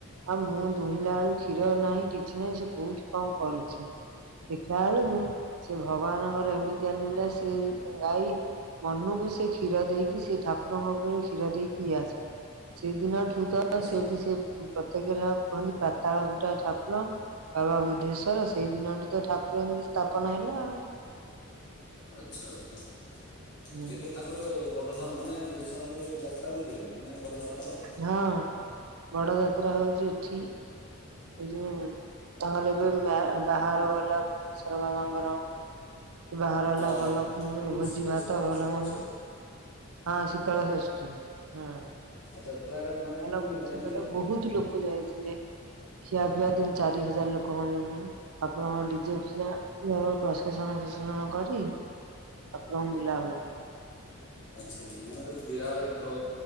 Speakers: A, on the right; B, on the left.
A: ଆଉ ମୁଁ ଦୁହିଁଲା ବେଳୁ କ୍ଷୀର ନାହିଁ, କିଛି ନାହିଁ, ସେ କୋଉଠି କଣ କରୁଛି। ଦେିଖିଲା ବେଳକୁ ସେ ଭଗବାନଙ୍କର ଏମିତି ଆନୀଳା ସେ ଗାଈ ମନକୁ ସେ କ୍ଷୀର ଦେଇକି, ସେ ଠାକୁରଙ୍କ ଉପରେ କ୍ଷୀର ଦେଇ ଇ ଆସ ସେଦିନଠୁ ତ
B: ଆଚ୍ଛା
A: ସେଇଠି ସେ ପ୍ରତ୍ୟକ ଠାକୁ କୁହନ୍ତି ପାତାଳ ଫୁଟ ଠାକୁର। ବାବା ବୁଦ୍ଧେଶ୍ଵର ସେଇ ଦିନଠୁ ତ ଠାକୁର ଏମିତି ସ୍ଥାପନ ହେଲେ ଆଉ।
B: ଆଚ୍ଛା, ଆଚ୍ଛା
A: ହୁଁ
B: କେବେ ତାଙ୍କ ଙ୍କର ବଡ ଧ ମାନେ ବୁଧେଶ୍ଵରଙ୍କର ଜଉ ଯାତ୍ରା ହୁଏ କେବେ, ମାନେ ବଡ ଧରଣର?
A: ହଁ ବଡ ଯାତ୍ରା ହଉଛି ଏଠି। ଏ ଯୋଉ ତାଙ୍କର ଏବେ ମ୍ୟା ବାହାର ଗଲା ବୁଧେଶର ବାବାଙ୍କର। ବାହାର
B: ହଁ
A: ହେଲା
B: ହଁ
A: ଭଲ ମୋ
B: ଏଇ ଯୋଉ
A: ଭୋଜି
B: ଶୀତ
A: ଭାତ
B: ଶୀତ
A: ଭଲ
B: ଶୀତଳ
A: ମନ୍ଦ।
B: ଷଷ୍ଠୀ
A: ହଁ, ଶୀତଳ ଷଷ୍ଠି, ହୁଁ।
B: ଆଚ୍ଛା ପୁରା ଏଇଟା ମାନେ କେମିତି
A: ଭଲ ଭୋଜି
B: ହୁଏ ମାନେ ଏମିତି
A: ଭାତ ବହୁତ ଲୋକ ଯାଇଥିଲେ। ଖିଆପିଆ ତିନି ଚାରି ହଜାର ଲୋକଙ୍କ ଯୋଗୁଁ। ଆପଣଙ୍କର ଡିଜେଫସିଆ ଯାହାର ପ୍ରସେସନ ଫଶେଶନ କରି ଠାକୁରଙ୍କୁ ବୁଲା ହୁଏ।
B: ଆଚ୍ଛା, ଆଚ୍ଛା ମାନେ ଗୋଟେ ବିରାଳ ଡ଼